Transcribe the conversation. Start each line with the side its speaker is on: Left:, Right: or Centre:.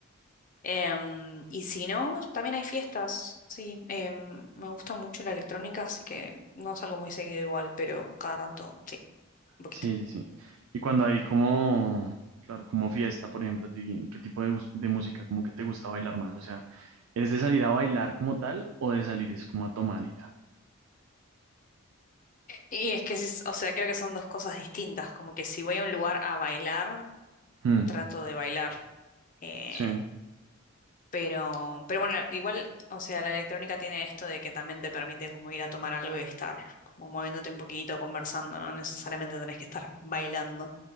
Left: Em, y si no, también hay fiestas, sí. em, me gusta mucho la electrónica, así que no salgo muy seguido igual, pero cada tanto, sí, un poquito.
Right: Sí, sí, sí. Y cuando hay como, claro, como fiesta, por ejemplo, a ti, ¿qué tipo de, gus- de música, como que te gusta bailar más? O sea, ¿eres de salir a bailar como tal o de salir es como a tomar y ya?
Left: Y es que, es- o sea, creo que son dos cosas distintas, como que si voy a un lugar a bailar,
Right: Mm,
Left: trato de bailar. eh,
Right: sí,
Left: Pero, pero bueno, igual, o sea, la electrónica tiene esto de que también te permite como ir a tomar algo y estar como moviéndote un poquito, conversando, no necesariamente tenés que estar bailando.